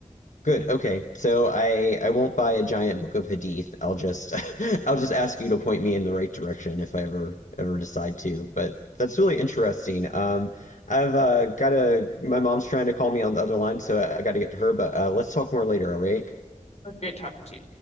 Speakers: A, on the left; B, on the left.
A: Good. Okay. So I I won't buy a giant book of hadith. I'll just <laughs> I'll just ask you to point me in the right direction if I ever ever decide to. But that's really interesting. Um, I've uh, got to my mom's trying to call me on the other line, so I, I got to get to her. But uh, let's talk more later. All right.
B: Great talking to you.